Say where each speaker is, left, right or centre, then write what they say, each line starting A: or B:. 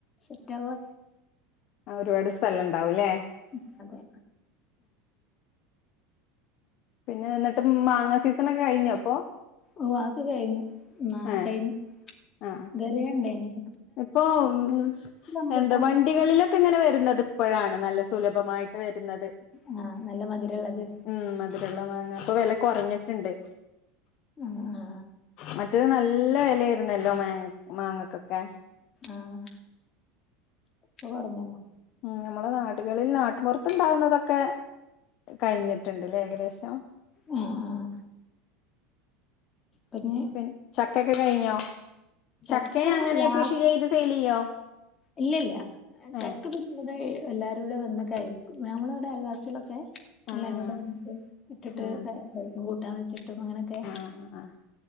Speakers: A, on the left; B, on the left.
A: സെറ്റ് ആവ്വോ
B: ആ ഒരുപാട് സ്ഥലം ഇണ്ടാവും ലേ
A: മ് അതെ
B: പിന്നെ ഇന്നട്ട് മ് മാങ്ങ സീസണൊക്കെ കഴിഞ്ഞോ പ്പോ
A: ഓ അഹ് ഒക്കെ കയിഞ്ഞു നാ
B: ഏഹ്
A: കയിഞ്ഞു
B: ആഹ്
A: ഇതുവരെ ഇണ്ടായിനി
B: ഇപ്പൊ <unintelligible>
A: റംബുട്ടാന്
B: എന്താ വണ്ടികളിലൊക്കെ ഇങ്ങനെ വരുന്നത് ഇപ്പോഴാണ് നല്ല സുലഭമായിട്ട് വരുന്നത്
A: ആഹ് നല്ല മധുരള്ളത്
B: ഉം മധുരള്ള മാങ്ങ ഇപ്പൊ വെല കൊറഞ്ഞിട്ടുണ്ട്
A: ആഹ് ആഹ്
B: മറ്റത് നല്ല വെലയായിരുന്നല്ലോ മാ മാങ്ങക്കൊക്കെ
A: ആഹ് ഇപ്പൊ കൊറ്ഞ്ഞിണ്
B: ഉം നമ്മളെ നാടുകളിൽ നാട്ടുപുറത്തുണ്ടാവുന്നതൊക്കെ കഴിഞ്ഞിട്ടുണ്ട് ലേ ഏകദേശം
A: ഏഹ് ആഹ് പിന്നെ
B: പിൻ ചക്കയൊക്കെ കയിഞ്ഞോ
A: ചക്ക
B: ചക്കെ അങ്ങനെ
A: ലാസ്റ്റ്
B: കൃഷി ചെയ്ത് സെയില് ചെയ്യോ
A: ഇല്ലല്ല ചക്ക
B: ഏഹ്
A: പ്പം വടെ എല്ലാരൂടെ വന്ന് കയിക്കും നമ്മളിവിടെ അയൽവാസികളൊക്കെ
B: ആഹ്
A: എല്ലാരൂടെ വന്നിട്ട് ഇട്ടിട്ട്
B: ആഹ്
A: ക കഴിക്കും കൂട്ടാൻ വെച്ചിട്ടും അങ്ങനെയൊക്കെ
B: ആഹ് ആഹ് ആഹ്